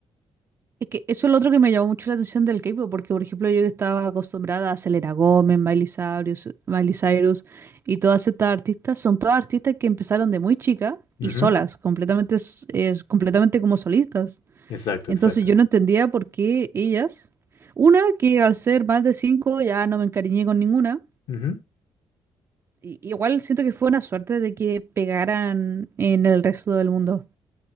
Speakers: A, on the right; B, on the left.
A: Es que eso es lo otro que me llamó mucho la atención del K-pop, porque por ejemplo yo que estaba acostumbrada a Selena Gómez, Miley Cyrus, Miley Cyrus y todas estas artistas, son todas artistas que empezaron de muy chica
B: Ujú,
A: y solas, completamente, s- es, completamente como solistas.
B: Exacto,
A: Entonces
B: exacto.
A: yo no entendía por qué ellas, una que al ser más de cinco ya no me encariñé con ninguna,
B: Ujú,
A: i- igual siento que fue una suerte de que pegaran en el resto del mundo.